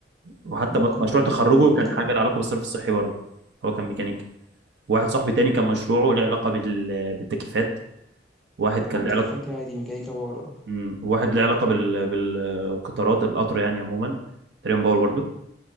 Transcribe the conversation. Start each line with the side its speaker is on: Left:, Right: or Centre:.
Right: وحتى
Centre: ده
Right: م-
Centre: ممكن
Right: مشروع
Centre: مدني
Right: تخرجه
Centre: مدني
Right: كان
Centre: لكن
Right: حاجه
Centre: ما
Right: لها علاقه بالصرف الصحي برضه هو كان ميكانيكا واحد صاحبي تاني كان مشروعه له علاقه بال... بالتكييفات واحد كان
Centre: هو التكييفات
Right: له علاقه
Centre: دي عادي ميكانيكا باور
Right: مم. واحد له علاقه بال... بالقطارات القطر يعني عموما تقريبا باور برضه